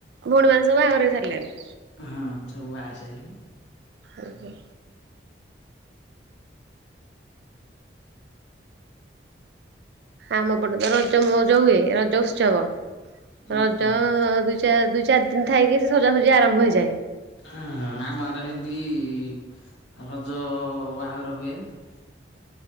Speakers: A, on the right (about 65°); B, on the left (about 85°).
A: ଭଉଣୀ ମାନେ ସବୁ ବାହାଘର ହେଇ ସାରିଲେଣି?
B: ହଁ ଅଁ ସବୁ ବାହାହେଇ ସାଇଲେଣି?
A: ଓ ହୋଅ। ଆମ ପଟେ ତ ରଜ ମୌଜ ହୁଏ ରଜ ଉତ୍ସବ।
B: ହଁ
A: ରଜ
B: ହଁ
A: ଅ ଅ ଦୁଇ ଚା ଚାର୍ ଦୁଇ ଚାରି ଦିନ୍‌ ଥାଇକି ସଜାସଜି ଆରମ୍ଭ ହେଇଯାଏ।
B: ଆଁ ହାଁ ଆମ ଆଡ଼େ ସେମିତି ଇ ଇ ରଜ ଅ ଅ ବାହାଘର ହୁଏ। <unintelligible>